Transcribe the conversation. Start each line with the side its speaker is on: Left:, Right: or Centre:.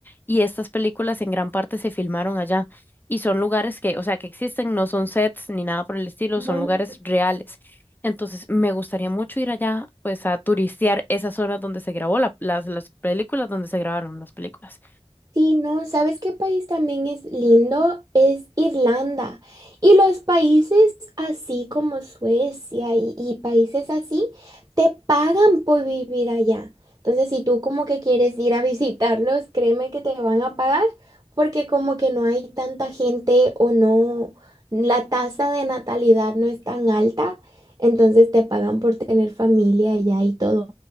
Left: Y estas películas en gran parte se filmaron allá. Y son lugares que, o sea, que existen, no son sets ni nada por el estilo,
Right: no.
Left: son lugares reales. Entonces, me gustaría mucho ir allá, pues, a turistear esas zonas donde se grabó la- las, las películas, donde se grabaron las películas.
Right: Sí, no, ¿sabes qué país también es lindo? Es Irlanda. Y los países así como Suecia y, y países así te pagan por vivir allá. Entonces, si tú como que quieres ir a <laughs> visitarlos, créeme que te van a pagar porque como que no hay tanta gente o no, la tasa de natalidad no es tan alta, entonces te pagan por tener familia allá y todo.